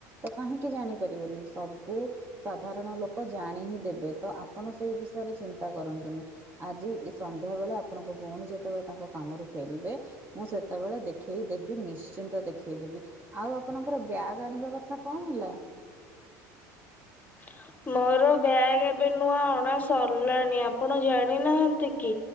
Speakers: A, on the right; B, on the left.
A: ତ କାହିଁକି ଜାଣିପାରିବେନି ସବୁ ସାଧାରଣ ଲୋକ ଜାଣି ହିଁ ଦେବେ ତ ଆପଣ ସେଇ ବିଷୟରେ ଚିନ୍ତା କରନ୍ତୁନି। ଆଜି ସନ୍ଧ୍ୟା ବେଳେ ଆପଣଙ୍କ ଭଉଣୀ ଜେ ଯେତେବେଳେ ତାଙ୍କ କାମରୁ ଫେରିବେ ମୁଁ ସେତେବେଳେ ଦେଖେଇ ଦେବି ନିଶ୍ଚିନ୍ତ ଦେଖେଇ ଦେବି। ଆଉ ଆପଣଙ୍କର ବ୍ୟାଗ୍ ଆଣିବା କଥା କଣ ହେଲା।
B: <inaudible> ମୋର ବ୍ୟାଗ୍ ଏବେ ନୂଆ ଅଣା ସରିଲାଣି ଆପଣ ଜାଣିନାହାନ୍ତି କି?